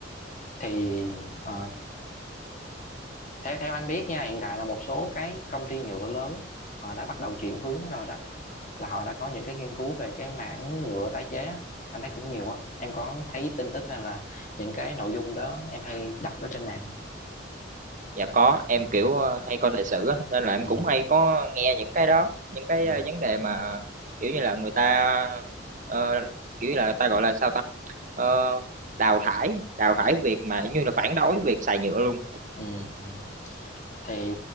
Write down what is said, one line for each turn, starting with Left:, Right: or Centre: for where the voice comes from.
Left: thì ờ, theo theo anh biết nha hiện tại là một số cái công ty nhựa lớn họ đã bắt đầu chuyển hướng đó rồi đó là họ đã có những cái nghiên cứu về cái mảng nhựa tái chế á. anh thấy cũng nhiều á em có thấy tin tức hay là những cái nội dung đó em hay đọc ở trên mạng không
Right: Dạ có, em
Left: ừ
Right: kiểu ờ, hay coi thời sự á, nên là em
Left: ừ
Right: cũng hay có nghe những cái đó, những cái
Left: ừ
Right: ờ, vấn đề mà kiểu như là người ta ờ, kiểu như là người ta gọi là sao ta? Ờ, đào thải, đào thải việc mà như là phản đối việc xài nhựa luôn.
Left: ừ ừ. thì